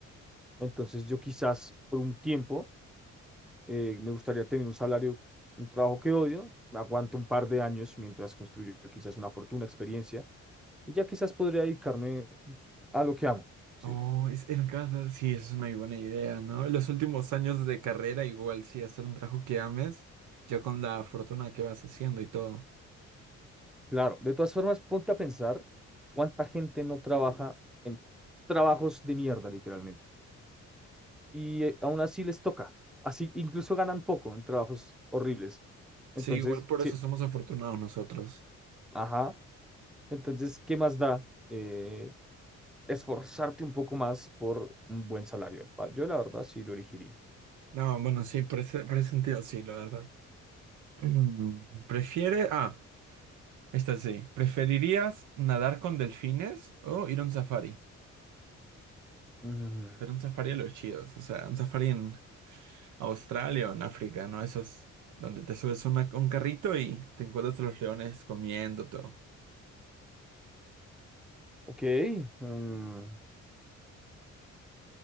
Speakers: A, in the centre; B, on the right.
A: entonces yo quizás por un tiempo eh, me gustaría tener un salario, un trabajo que odio, aguanto un par de años mientras construyo quizás una fortuna, experiencia y ya quizás podría dedicarme a lo que amo, ¿sí?
B: Oh, es, era casa. Sí, eso es una buena idea, ¿no? Los últimos años de carrera, igual sí, hacer un trabajo que ames, ya con la fortuna que vas haciendo y todo.
A: Claro, de todas formas, ponte a pensar cuánta gente no trabaja en trabajos de mierda, literalmente, y eh, aún así les toca, así incluso ganan poco en trabajos horribles. Entonces,
B: Sí, igual por
A: sí,
B: eso somos afortunados nosotros.
A: ajá, entonces, ¿qué más da eh, esforzarte un poco más por un buen salario? Ah, Yo la verdad sí lo elegiría.
B: No, bueno, sí, por ese, por ese sentido sí, la verdad. Mm, Prefiere. Ah, esta sí. ¿Preferirías nadar con delfines o ir a un safari?
A: Mm,
B: Pero un safari a los chidos, o sea, un safari en Australia o en África, ¿no? Esos donde te subes una- un carrito y te encuentras a los leones comiendo todo.
A: ok, mm,